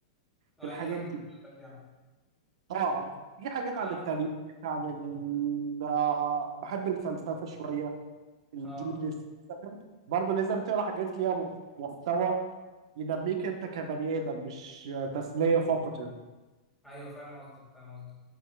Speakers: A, in the centre; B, on the right (about 60°).
A: اه
B: في الحاجات
A: هي دي الحاجه اللي
B: دي
A: بتفيدك يعني
B: اه في حاجات
A: انا
B: عن التاريخ عن ال آه، بحب الفلسفه شويه الجينيس
A: اه
B: برضه لازم تقرا حاجات ليها محتوى ينميك انت كبني ادم مش تسليه فقط يعني
A: ايوه فاهم قصدك فاهم قصدك